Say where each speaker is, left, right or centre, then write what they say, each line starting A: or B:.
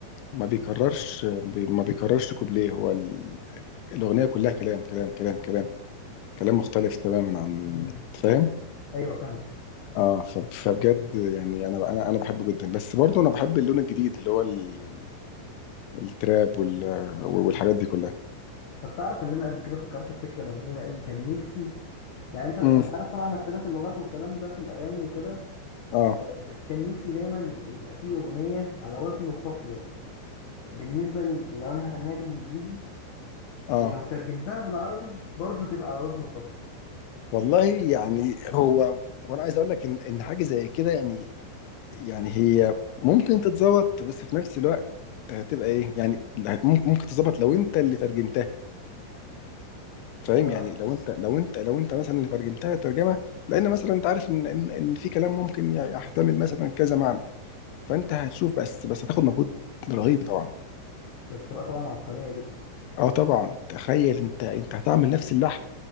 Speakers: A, on the left (about 80°); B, on the left (about 70°).
A: ما بيكررش بي- ما بيكررش كوبليه هو ال- الاغنيه كلها كلام كلام كلام كلام كلام مختلف تماما عن
B: امم
A: فاهم
B: ايوه فاهمك
A: اه فب- فبجد يعني انا انا انا بحبه جدا بس برضه انا بحب اللون الجديد اللي هو ال- التراب وال والحاجات دي كلها
B: طب تعرف ان انا قبل كده فكرت في فكره مجنونه قوي كان نفسي يعني انت انت
A: امم
B: عارف طبعا اختلاف اللغات والكلام ده في الاغاني وكده
A: اه
B: آه، بس كان نفسي دايما يبقى فيه اغنيه على وزن وقافيه بالنسبه لل... لو انا هغنيها بالانجليزي
A: اه
B: ولو اه ترجمتها بالعربي برضو تبقى على وزن وقافيه
A: والله يعني هو وانا عايز اقول لك ان ان حاجه زي كده يعني يعني هي ممكن تتظبط بس في نفس الوقت هتبقى ايه يعني لا- ممكن ممكن تتظبط لو انت اللي ترجمتها فاهم
B: اه
A: يعني لو انت لو انت لو انت مثلا اللي ترجمتها ترجمه لان مثلا انت عارف ان ان إن في كلام ممكن يحتمل مثلا كذا معنى فانت هتشوف بس بس هتاخد مجهود رهيب طبعا
B: بس تبقى طبعا عبقريه جدا
A: اه طبعا تخيل انت انت هتعمل نفس اللحن